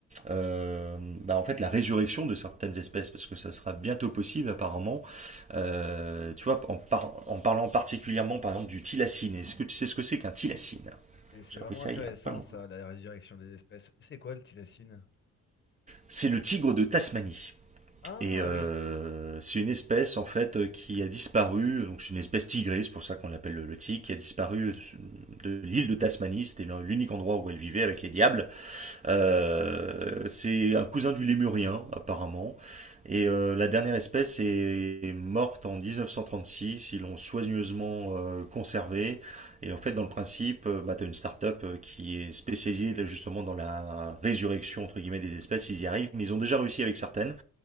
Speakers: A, on the right (about 25°); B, on the left (about 40°).
A: euh, bah, en fait, la résurrection de certaines espèces parce que ça sera bientôt possible apparemment. Euh, tu vois, en, par- en parlant particulièrement par exemple du tilacine. Est-ce que tu sais ce que c'est qu'un tilacine
B: Et C'est
A: J'ai
B: vraiment
A: appris ça
B: intéressant,
A: il y a pas longtemps.
B: ça, la résurrection des espèces. C'est quoi le thylacine?
A: C'est le tigre de Tasmanie.
B: Ah
A: Et euh,
B: oui.
A: c'est une espèce en fait euh, qui a disparu, donc c'est une espèce tigrée, c'est pour ça qu'on l'appelle le, le tigre, qui a disparu euh, de l'île de Tasmanie, c'était l'unique endroit où elle vivait avec les diables. Euh, c'est un cousin du lémurien apparemment, et euh, la dernière espèce est morte en 1936, ils l'ont soigneusement euh, conservée, et en fait dans le principe, euh, bah, tu as une start-up euh, qui est spécialisée là, justement dans la résurrection entre guillemets des espèces, ils y arrivent, mais ils ont déjà réussi avec certaines